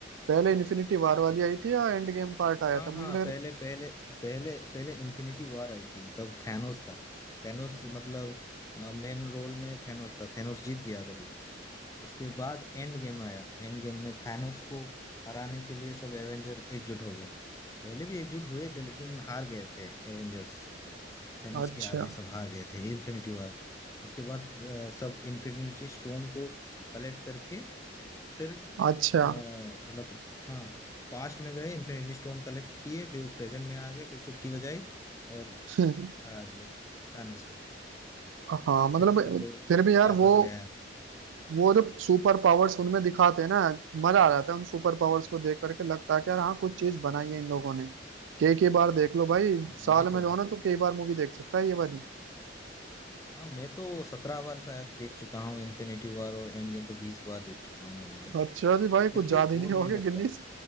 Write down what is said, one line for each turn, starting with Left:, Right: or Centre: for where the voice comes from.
Right: पहले इन्फिनिटी वार वाली आई थी या एंड गेम पार्ट आया
Left: हाँ
Right: था
Left: हाँ
Right: मुझे लग
Left: पहले पहले पहले पहले इन्फिनिटी वॉर आई थी तब थैनोस था थैनोस मतलब मेन रोल में थैनोस था थैनोस जीत गया तभी उसके बाद एंड गेम आया एंड गेम में थैनोस को हराने के लिए सब एवेंजर एकजुट हो गए पहले भी एकजुट हुए थे लेकिन हार गए थे एवेंजर्स थेनोस
Right: रहा अच्छा
Left: के आगे सब हार गए थे इन्फिनिटी वॉर उसके बाद अ, सब इन्फिनिटी स्टोन को कलेक्ट करके फिर
Right: अच्छा
Left: अ, मतलब हाँ पास्ट में गए इन्फिनिटी स्टोन कलेक्ट किए फिर प्रेजेंट में आ गए फिर चुटकी बजाई और
Right: <laughs>
Left: हरा दिया उसको थानोस को
Right: हाँ मतलब
Left: फिर सब लोगों को
Right: फिर भी
Left: फिर
Right: यार
Left: वापस
Right: वो
Left: ले आया
Right: वो जो सुपर पावर्स उनमें दिखाते हैं ना मजा आ जाता है उन सुपर पावर्स को देख करके लगता है कि यार हाँ कुछ चीज बनाई है इन लोगों ने कई कई बार देख लो भाई
Left: हाँ बनाई
Right: साल में
Left: तो है
Right: जो है ना तो कई बार मूवी देख सकता है ये वाली
Left: हाँ मैं तो सत्रह बार शायद देख चुका हूँ इन्फिनिटी वॉर और एंड गेम तो बीस बार देख चुका हूँ अभी तक
Right: अच्छा जी भाई कुछ
Left: फिर भी
Right: याद ही
Left: बोर
Right: नहीं होगा
Left: नहीं लगता
Right: गिनीज